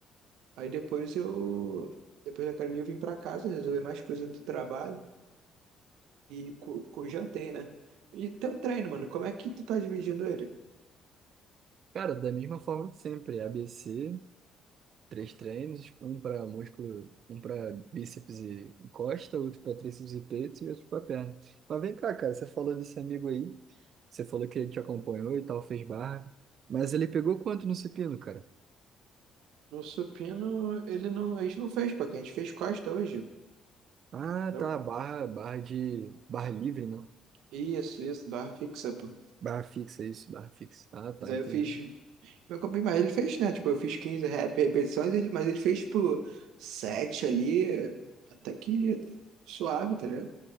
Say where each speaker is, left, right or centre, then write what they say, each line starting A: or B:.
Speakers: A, on the right; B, on the right.
A: Aí depois eu, depois da academia eu vim pra casa, resolver mais coisas do trabalho e co, co- jantei, né? E teu treino, mano, como é que tu tá dividindo ele?
B: Cara, da mesma forma que sempre. ABC. Três treinos, tipo, um para músculo, um para bíceps e costa, outro para tríceps e peito e outro para perna. Mas vem cá, cara, você falou desse amigo aí, você falou que ele te acompanhou e tal, fez barra, mas ele pegou quanto no supino, cara?
A: No supino, ele não, a gente não fez, pô, que a gente fez costa hoje,
B: Ah,
A: não?
B: tá, barra, barra de, barra livre, né?
A: Isso, isso, barra fixa, pô.
B: Barra fixa, isso, barra fixa. Ah, tá,
A: Mas aí
B: entendi,
A: eu fiz, meu corpo, mas ele fez, né? Tipo, eu fiz 15 rep- repetições, ele- mas ele fez, tipo, 7 ali, até que suave, tá ligado?